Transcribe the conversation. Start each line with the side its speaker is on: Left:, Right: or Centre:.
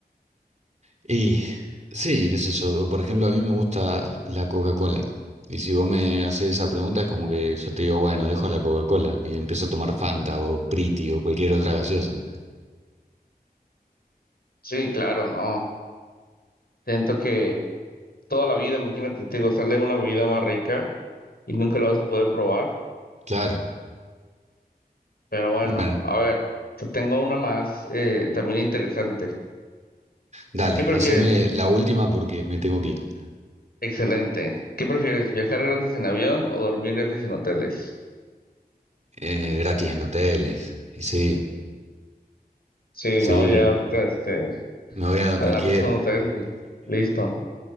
Right: Y sí, qué sé yo, por ejemplo, a mí me gusta la Coca-Cola. Y si vos me haces esa pregunta, es como que yo te digo, bueno, dejo la Coca-Cola y empiezo a tomar Fanta o Priti o cualquier otra gaseosa.
Left: Sí, claro, no. Siento que toda la vida, imagínate, te digo, sale una bebida más rica y nunca la vas a poder probar.
Right: Claro,
Left: Pero bueno,
Right: bueno,
Left: a ver, te tengo una más eh, también interesante.
Right: dale,
Left: ¿Qué prefieres?
Right: haceme la última porque me tengo que ir.
Left: Excelente. ¿Qué prefieres? ¿Viajar gratis en avión o dormir gratis en hoteles?
Right: Eh, gratis en hoteles. Y sí,
Left: Sí,
Right: sí,
Left: no, ya ahorita este,
Right: me voy a donde
Left: agarras
Right: quiero.
Left: un hotel y listo.